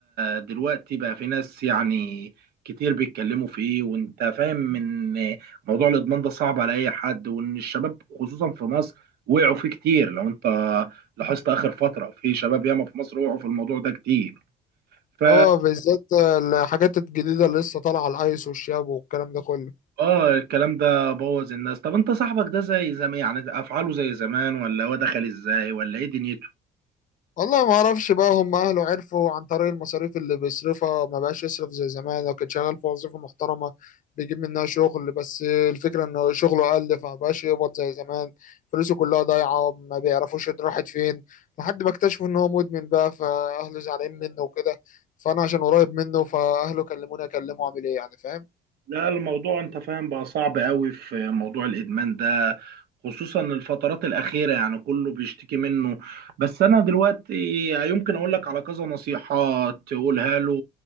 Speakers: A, on the right; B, on the left.
A: دلوقتي بقى في ناس يعني كتير بيتكلموا فيه وانت فاهم ان موضوع الادمان ده صعب على اي حد وان الشباب خصوصا في مصر وقعوا فيه كتير لو انت لاحظت اخر فتره في شباب ياما في مصر وقعوا في الموضوع ده كتير ف
B: اه بالذات الحاجات الجديده اللي لسه طالعه الايس والشاب والكلام ده كله
A: اه الكلام ده بوظ الناس طب انت صاحبك ده زي زمان يعني ده افعاله زي زمان ولا هو دخل ازاي ولا ايه دنيته
B: والله ما اعرفش بقى هم اهله عرفوا عن طريق المصاريف اللي بيصرفها ما بقاش يصرف زي زمان لو كان شغال في وظيفة محترمة بيجيب منها شغل بس الفكرة ان شغله قل فما بقاش يقبض زي زمان فلوسه كلها ضايعة ما بيعرفوش إن راحت فين لحد ما اكتشفوا ان هو مدمن بقى فاهله زعلانين منه وكده فانا عشان قريب منه فاهله كلموني اكلمه اعمل ايه يعني فاهم
A: لا الموضوع انت فاهم بقى صعب قوي في موضوع الادمان ده خصوصا الفترات الاخيره يعني كله بيشتكي منه بس انا دلوقتي يمكن اقول لك على كذا نصيحه تقولها له